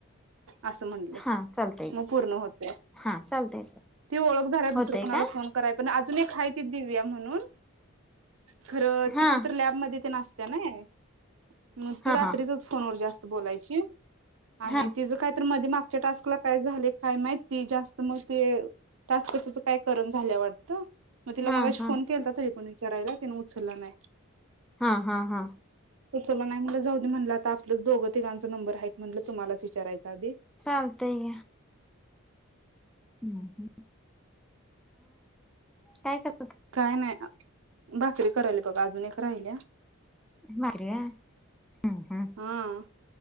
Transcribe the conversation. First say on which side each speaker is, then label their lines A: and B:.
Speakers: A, on the right; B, in the centre.
A: असं म्हणलं
B: हा चालतंय
A: मग पूर्ण होतय.
B: हा चालतंय
A: ती ओळख झाल्या, दुसरं
B: होतय
A: कुणाला
B: का
A: फोन कराय पण अजून एक हा ती दिव्या म्हणून, खरं
B: हा
A: ती कुठ मध्ये तेन असत्या नई, मग ती
B: हा
A: रात्रीचच
B: हा
A: फोनवर जास्त. बोलायची. आणि
B: हा
A: तिज काहीतर मध्ये मा मागच्या टास्कला काय झालय काय माहिती ती जास्त मग ते टास्कच काय करना झाल्या वाटतं. मग तिला
B: हा
A: मगाशी
B: हा
A: फोन केलाता, तरी पण एक विचारायला तिन उचलला नाही.
B: हा हा हा,
A: सुचलं नाही मला जाऊ दे म्हटलं आता आपलंच दोघ तिघांचा नंबर आहेत. म्हटलं तुम्हालाच विचारायच आधी,
B: चालतंय मग काय करता?
A: काय नाही. बस. भाकरी करायला बघा, अजून एक राहिल्या.
B: भाकरी व्हय हम्म हम्म.
A: हा